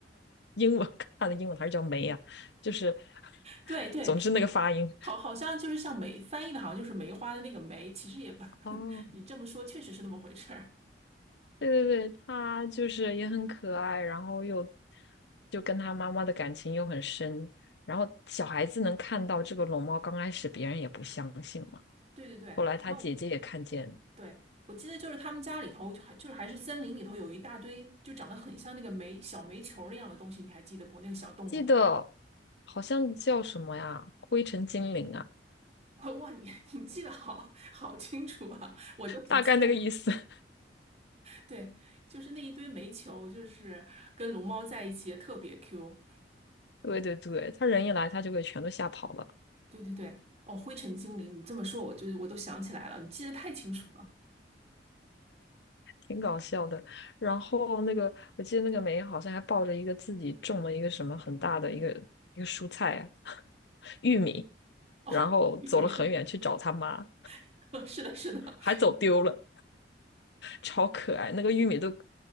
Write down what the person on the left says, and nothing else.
英文 <laughs> 看的英文还是叫梅呀、就是 <laughs>
总之那个发音。
哦，
对对对，她就是也很可爱，然后又就跟他妈妈的感情又很深，然后小孩子能看到这个龙猫，刚开始别人也不相信嘛，
后来他姐姐也看见，
记得好像叫什么呀，灰尘精灵啊，
大概那个意思。<laughs>
对对对，他人一来，他就给全都吓跑了，
挺搞笑的。然后那个，我记得那个梅好像还抱着一个自己种了一个什么很大的一个一个蔬菜啊，<laughs> 玉米，
然后走了很远去找他妈，
还走丢了，超可爱。那个玉米都